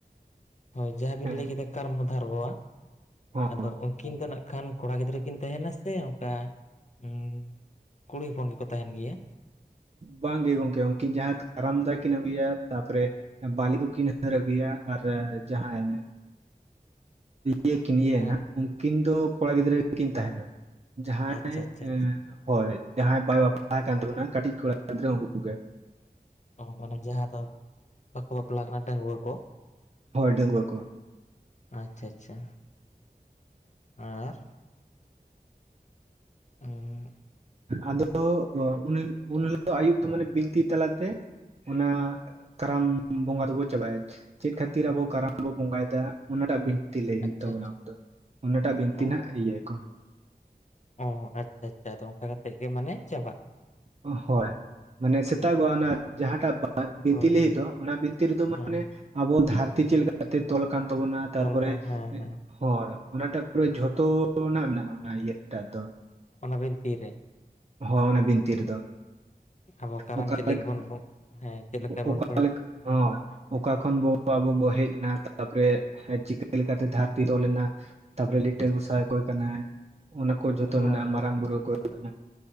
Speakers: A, on the left; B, on the right.
A: ᱦᱳᱭ ᱡᱟᱦᱟᱸ ᱵᱤᱱ
B: ᱦᱮᱸ
A: ᱞᱟᱹᱭ ᱠᱮᱫᱟ ᱠᱟᱨᱢᱚ ᱫᱷᱟᱨ ᱵᱚᱣᱟᱜ
B: ᱦᱚᱸ
A: ᱟᱫᱚ ᱩᱱᱠᱤᱱ ᱫᱚᱱᱟ ᱠᱷᱟᱱ ᱠᱚᱲᱟ ᱜᱤᱫᱽᱨᱟᱹ ᱠᱤᱱ ᱛᱟᱦᱮᱱᱟ ᱥᱮ ᱚᱱᱠᱟ, ᱦᱩᱸ ᱠᱩᱲᱤ ᱦᱚᱯᱚᱱ ᱜᱮᱠᱚ ᱛᱟᱦᱮᱱ ᱜᱮᱭᱟ?
B: ᱵᱟᱝᱜᱮ ᱜᱚᱝᱠᱮ ᱩᱱᱠᱤᱱ ᱡᱟᱦᱟᱸ ᱠᱟᱨᱟᱢᱫᱟ ᱠᱤᱱ ᱟᱹᱜᱩᱭᱟ ᱛᱟᱨᱯᱚᱨᱮ ᱵᱟᱞᱤ ᱠᱚ ᱠᱤᱱ ᱦᱟᱹᱨ ᱟᱹᱜᱩᱭᱟ ᱟᱨ ᱡᱟᱦᱟᱸᱭ ᱤᱭᱟᱹ ᱠᱤᱱ ᱤᱭᱟᱹᱭ
A: ᱦᱮᱸ
B: ᱱᱟᱦ ᱩᱱᱠᱤᱱ ᱫᱚ ᱠᱚᱲᱟ ᱜᱤᱫᱽᱨᱟᱹ ᱠᱤᱱ ᱛᱟᱦᱮᱱᱟ᱾ ᱡᱟᱦᱟᱸᱭ,
A: ᱟᱪᱪᱷᱟ ᱟᱪᱪᱷᱟ ᱟᱪᱪᱷᱟ
B: ᱦᱳᱭ ᱡᱟᱦᱟᱸᱭ ᱵᱟᱭ ᱵᱟᱯᱞᱟ ᱟᱠᱟᱱ ᱛᱟᱵᱚᱱᱟ ᱠᱟᱹᱴᱤᱡ ᱠᱚᱲᱟ ᱜᱤᱫᱽᱨᱟᱹ ᱩᱱᱠᱩ ᱠᱚᱜᱮ᱾
A: ᱚ ᱢᱟᱱᱮ ᱡᱟᱦᱟᱸ ᱫᱚ, ᱵᱟᱠᱚ ᱵᱟᱯᱞᱟ ᱠᱟᱱᱟ ᱰᱟᱺᱜᱩᱣᱟᱹ ᱠᱚ᱾
B: ᱦᱳᱭ ᱰᱟᱺᱜᱩᱣᱟᱹ ᱠᱚᱣᱟᱜ᱾
A: ᱟᱪᱷᱟ-ᱟᱪᱷᱟ ᱟᱨ᱾ ᱩᱸ᱾
B: ᱟᱫᱚ ᱩᱱ ᱩᱱᱦᱤᱞᱳᱜ ᱟᱹᱭᱩᱵ ᱫᱚ ᱢᱟᱱᱮ ᱵᱤᱱᱛᱤ ᱛᱟᱞᱟᱛᱮ ᱚᱱᱟ ᱠᱟᱨᱟᱢ ᱵᱚᱸᱜᱟ ᱫᱚᱵᱚ ᱪᱟᱵᱟᱭᱟ᱾ ᱪᱮᱫ ᱠᱷᱟᱹᱛᱤᱨ ᱟᱵᱚ ᱠᱟᱨᱟᱢ ᱵᱚ ᱵᱚᱸᱜᱟᱭᱮᱫᱟ ᱚᱱᱟᱴᱟᱜ ᱵᱤᱱ ᱛᱤ ᱞᱟᱹᱭ ᱦᱩᱭᱩᱜ
A: ᱟᱪᱪᱷᱟ
B: ᱛᱟᱵᱚᱱᱟ
A: ᱟᱪᱪᱷᱟ
B: ᱚᱱᱟᱴᱟᱜ ᱵᱤᱱᱛᱤ
A: ᱚ
B: ᱱᱟᱜ ᱤᱭᱟᱹ ᱠᱚ᱾
A: ᱚ ᱟᱪᱷᱟ-ᱟᱪᱷᱟ ᱟᱫᱚ ᱚᱱᱠᱟ ᱠᱟᱛᱮᱜ ᱜᱮ ᱢᱟᱱᱮ ᱪᱟᱵᱟᱜᱼᱟ᱾
B: ᱦᱳᱭ᱾ ᱢᱟᱱᱮ ᱥᱮᱛᱟᱜᱚᱜᱼᱟ ᱚᱱᱟ ᱡᱟᱦᱟᱸᱴᱟᱜ ᱵᱤᱱᱛᱤ
A: ᱦᱳᱭ
B: ᱞᱟᱹᱜᱤᱫ
A: ᱦᱳᱭ
B: ᱫᱚ ᱚᱱᱟ ᱵᱤᱱᱛᱤ ᱨᱮᱫᱚ
A: ᱦᱮᱸ
B: ᱢᱟᱱᱮ ᱟᱵᱚ ᱫᱷᱟᱹᱨᱛᱤ ᱪᱮᱫ ᱞᱮᱠᱟᱛᱮ ᱛᱚᱞ ᱟᱠᱟᱱ ᱛᱟᱵᱚᱱᱟ ᱛᱟᱨᱯᱚᱨᱮ
A: ᱛᱚᱞ ᱠᱟᱱᱟ ᱦᱮᱸ ᱦᱮᱸ
B: ᱦᱳᱭ ᱚᱱᱟᱴᱟᱜ ᱯᱩᱨᱟᱹ ᱡᱷᱚᱛᱚᱱᱟᱜ ᱢᱮᱱᱟᱜᱼᱟ ᱚᱱᱟ ᱤᱭᱟᱹ ᱴᱟᱜ ᱫᱚ᱾
A: ᱚᱱᱟ ᱵᱤᱱᱛᱤᱨ ᱨᱮ᱾
B: ᱦᱳᱭ ᱚᱱᱟ ᱵᱤᱱᱛᱤ ᱨᱮᱫᱚ᱾
A: ᱟᱵᱚ ᱠᱟᱨᱟᱢ
B: ᱚᱠᱟ
A: ᱪᱮᱫ ᱞᱟᱹᱜᱤᱫ
B: ᱞᱮᱠᱟ
A: ᱵᱚᱱ ᱦᱮᱸ ᱪᱮ ᱞᱮᱠᱟ ᱵᱚᱱ
B: ᱚᱠᱟ ᱞᱮᱠᱟ ᱦᱳᱭ᱾ ᱚᱠᱟ ᱠᱷᱚᱱ ᱵᱚ ᱟᱵᱚ ᱵᱚ ᱦᱮᱡ ᱮᱱᱟ ᱛᱟᱨᱯᱚᱨᱮ ᱪᱤᱠᱟᱹ ᱞᱮᱠᱟᱛᱮ ᱫᱷᱟᱹᱨᱛᱤ ᱛᱚᱞᱮᱱᱟ ᱛᱟᱯᱚᱨᱮ ᱞᱤᱴᱟᱹ ᱜᱚᱸᱥᱟᱭ ᱚᱠᱚᱭ ᱠᱟᱱᱟᱭ, ᱚᱱᱟ ᱠᱚ ᱡᱷᱚᱛᱚ
A: ᱦᱳᱭ
B: ᱢᱮᱱᱟᱜᱼᱟ
A: ᱦᱳᱭ
B: ᱢᱟᱨᱟᱝ ᱵᱩᱨᱩ ᱚᱠᱚᱭ ᱠᱟᱱᱟ